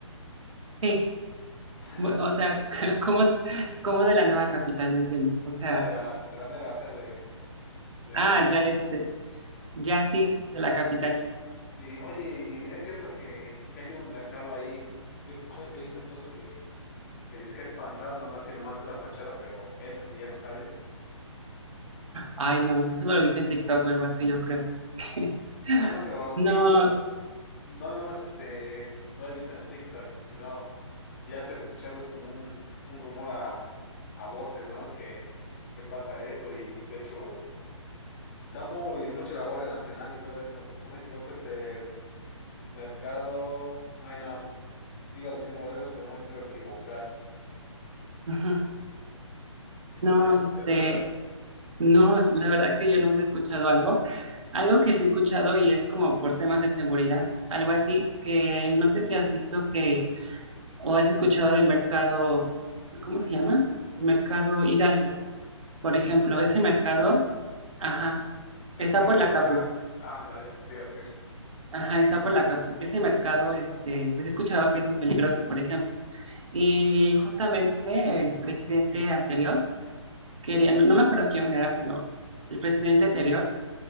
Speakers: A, on the right; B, on the left.
A: sí,
B: <laughs>
A: bu- o sea,
B: Pues,
A: <laughs> ¿cómo, cómo de la nueva capital? No entiendo. O sea,
B: no, de la, de la mera, o sea, de, de,
A: ah, ya, ya, te- ya sí,
B: de-
A: de la capital.
B: y oye, ¿y es cierto que, que hay un mercado ahí, que he escuchado que hay un mercado que que dice que es fantasma, ¿no? Que nomás es la fachada, pero entras y ya no sales.
A: Ay, no, eso no lo viste en TikTok o algo así, yo creo. <laughs>
B: Ah, no, pero
A: No,
B: sí, bueno, no nomás este, no he visto en TikTok, sino ya se ha escuchado, es como un, un rumor a, a voces, ¿no? Que, que pasa eso y de hecho da muy mucho la Guardia Nacional y todo eso. Si no me equivoco es el mercado, ay no, iba a decir modelos, pero no me quiero equivocar.
A: ujú, no,
B: ¿No has
A: este,
B: escuchado nada?
A: no, la verdad que yo nunca he escuchado algo. Algo que sí he escuchado y es como por temas de seguridad, algo así, que no sé si has visto que o has escuchado del mercado, ¿cómo se llama? El mercado Hidalgo. Por ejemplo,
B: ¿Algo?
A: ese
B: <laughs>
A: mercado, ajá,
B: Ese
A: está
B: que
A: por
B: está ahí
A: la
B: de
A: Capu,
B: la... Ah, ándale, ese que te iba a decir.
A: ajá, está por la Capu. Ese mercado, este, pues he escuchado que es muy peligroso, por ejemplo. Y justamente el presidente anterior quería, no, no me acuerdo quién era, pero el presidente anterior